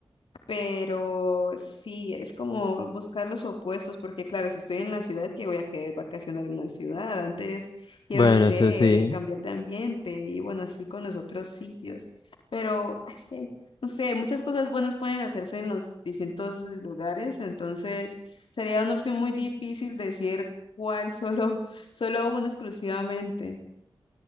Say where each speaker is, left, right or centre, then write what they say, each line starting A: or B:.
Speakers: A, on the left; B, on the left.
A: Pero sí, es como buscar los opuestos, porque claro, si estoy en la ciudad, que voy a querer vacacionar en la ciudad? Antes quiero,
B: Bueno,
A: no sé,
B: eso sí.
A: cambiar de ambiente y bueno, así con los otros sitios. Pero es que, no sé, muchas cosas buenas pueden hacerse en los distintos lugares, entonces sería una opción muy difícil decir cuál, <laughs> solo, solo uno exclusivamente.